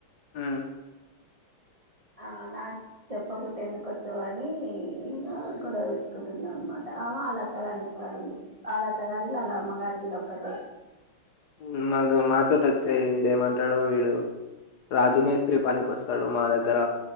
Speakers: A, on the left (about 70°); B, on the right (about 60°).
A: మ్
B: ఆ నాకు చెప్పకుట్టే ఎందుకు వచ్చావని, ఇక గొడవ పెట్టుకుంటున్నా అనమాట, ఆ హా వాళ్ళత్తగారి ఇంటికాడ ఉంది, ఆళ్ళత్త గారి ఇల్లు వాళ్ అమ్మగారి ఇల్లు ఒక్కటే
A: మ్ మగ మాతోటచ్చేయి ఇడే మా ట్టాడు వీడు రాజుమేస్త్రి పనికిస్తాడు మా దగ్గర